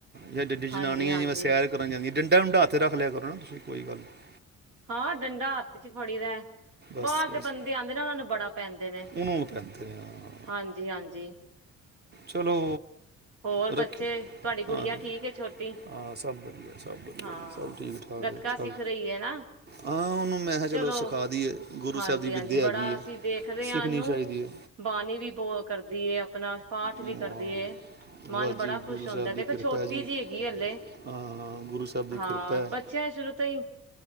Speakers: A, on the right (about 35°); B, on the right (about 85°).
A: ਵਡੀ ਜਨਾਨੀਆਂ
B: ਹਾਂਜੀ ਹਾਂਜੀ
A: ਜਿਵੇ ਸੈਰ ਕਰਨ ਡੰਡਾ ਢੂੰਡਾ ਹਥ ਰੱਖ ਲਿਆ ਕਰੋ ਨਾ ਤੁਸੀ ਕੋਈ ਗੱਲ ਨਹੀਂ
B: ਹਾਂ ਡੰਡਾ ਹੱਥ ਚ ਫੜੀ ਦਾ ਬਾਹਰ
A: ਬਸ ਬਸ
B: ਦੇ ਬੰਦੇ ਆਉਂਦੇ ਨਾ ਉਹਨਾਂ ਨੂੰ ਬੜਾ ਪੈਂਦੇ ਨੇ
A: ਉਹਨੂੰ ਨੂੰ ਪੈਂਦੇ ਨੇ ਹਾਂ।
B: ਹਾਂਜੀ ਹਾਂਜੀ
A: ਚਲੋ
B: ਹੋਰ
A: ਰੱਖੀ
B: ਬੱਚੇ ਤੁਹਾਡੀ ਗੁੜੀਆਂ
A: ਹਾਂ
B: ਠੀਕ ਠੀਕ ਹੈ ਛੋਟੀ
A: ਹਾਂ ਸਭ ਵਧੀਆ ਸਭ ਵਧੀਆ
B: ਹਾਂ
A: ਜੀ ਸਭ ਠੀਕ ਠਾਕ
B: ਗਤਕਾ
A: ਹੈ ਚਲ
B: ਸਿੱਖ ਰਹੀ ਹੈ ਨਾ
A: ਹਾਂ ਉਹਨੂੰ ਮੈਂ ਕਿਹਾ
B: ਚਲੋ
A: ਸਿਖਾ ਦਈਏ ਗੁਰੂ
B: ਹਾਂਜੀ
A: ਸਾਹਿਬ ਦੀ ਵਿੱਦਿਆ
B: ਹਾਂਜੀ ਬੜਾ
A: ਹੈਗੀ ਹੈ
B: ਅਸੀਂ ਦੇਖਦੇ
A: ਸਿੱਖਣੀ
B: ਹਾਂ ਇਹਨੂੰ
A: ਚਾਹੀਦੀ ਹੈ
B: ਬਾਣੀ ਵੀ ਬਹੁਤ ਕਰਦੀ ਹੈ ਆਪਣਾ ਪਾਠ ਵੀ
A: ਹਾਂ,
B: ਕਰਦੀ ਹੈ ਮਨ
A: ਵਾਹ
B: ਬੜਾ
A: ਜੀ
B: ਖੁਸ਼
A: ਗੁਰੂ
B: ਹੁੰਦਾ
A: ਸਾਹਿਬ
B: ਦੇਖੋ
A: ਦੀ ਕਿਰਪਾ
B: ਛੋਟੀ
A: ਹੈ ਜੀ
B: ਜਿਹੀ ਹੱਲਲੇ
A: ਹਾਂ ਗੁਰੂ ਸਾਹਿਬ ਦੀ
B: ਹਾਂ
A: ਕਿਰਪਾ ਹੈ
B: ਬੱਚਿਆਂ ਸ਼ੁਰੂ ਤੋਂ ਹੀ